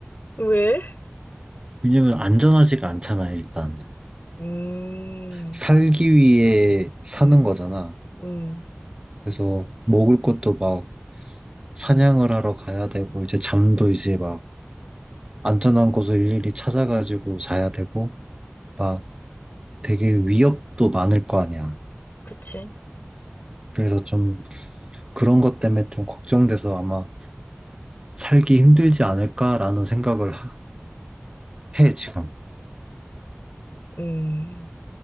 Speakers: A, on the left; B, on the right.
A: 왜?
B: 왜냐면 안전하지가 않잖아, 일단.
A: 음,
B: 살기 위해 사는
A: 음,
B: 거잖아.
A: 음.
B: 그래서 먹을 것도 막 사냥을 하러 가야 되고, 이제 잠도 이제 막 안전한 곳을 일일이 찾아가지고 자야 되고, 막 되게 위협도 많을 거 아니야.
A: 그치?
B: 그래서 좀 그런 것 때문에 좀 걱정돼서 아마 살기 힘들지 않을까라는 생각을 하- 해, 지금.
A: 음.